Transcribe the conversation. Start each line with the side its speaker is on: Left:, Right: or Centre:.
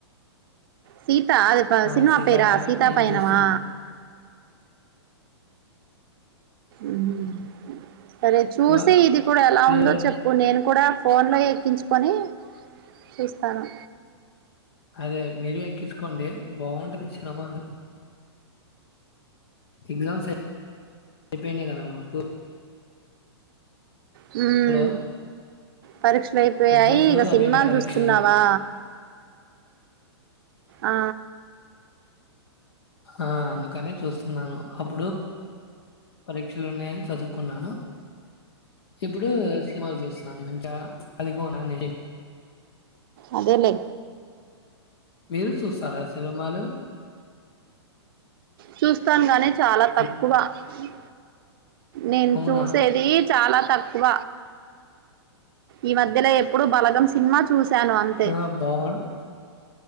Right: సీతా అది ప
Left: ఆ!
Right: సినిమా
Left: సీతాపయనం
Right: పేరా సీతా
Left: నేను
Right: పయణమా
Left: చూస్తున్నా.
Right: ఉమ్ సరే చూసి
Left: ఇవ
Right: ఇది కూడా ఎలా
Left: రే
Right: ఉందో చెప్పు నేను కూడా ఫోన్లో ఎక్కించుకొని చూస్తాను
Left: అదే మీరు ఎక్కించుకోండి బాగుంటది సినిమాలు ఎగ్జామ్స్ అయ్ అయిపోయినయి కదా మాకు
Right: మ్మ్
Left: హలో!
Right: పరీక్షలు అయిపోయాయి
Left: ఎగ్జామ్స్
Right: ఇక
Left: అయిపోయినాయి
Right: సినిమాలు
Left: కదా పరీక్షలు.
Right: చూస్తున్నావా ఆ
Left: ఆ అందుకనే చూస్తున్నాను అప్పుడు పరీక్షలు ఉన్నాయి అని చదువుకున్నాను ఇప్పుడు చు సినిమా చూస్తున్నాం ఇంకా కలికోనాన్ని
Right: అదేలేే
Left: మీరు చూస్తారా సినిమాలు
Right: చూస్తాను గానీ చాలా తక్కువ.
Left: హలో!
Right: అన్ నేను
Left: అవునా!
Right: చూసేది చెప్ చాలా తక్కువ ఈ మధ్యలో ఎప్పుడు బలగం సినిమా చం చూశాను అంతే.
Left: ఆ! బావుం